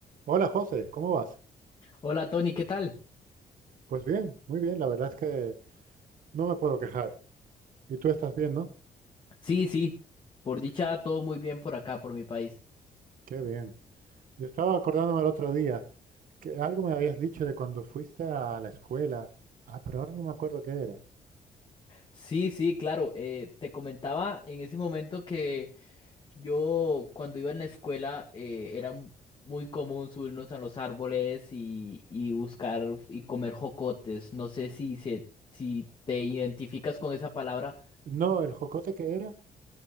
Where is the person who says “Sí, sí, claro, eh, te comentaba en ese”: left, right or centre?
Left